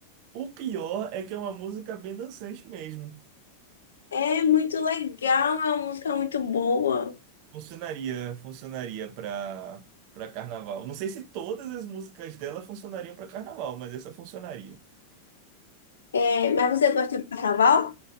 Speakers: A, on the right; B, on the left.
A: O pior é que é uma música bem dançante mesmo.
B: É muito legal, é uma música muito boa.
A: Funcionaria, funcionaria pra, pra carnaval. Não sei se todas as músicas dela funcionariam pra carnaval, mas essa funcionaria.
B: É, mas você gosta do carnaval?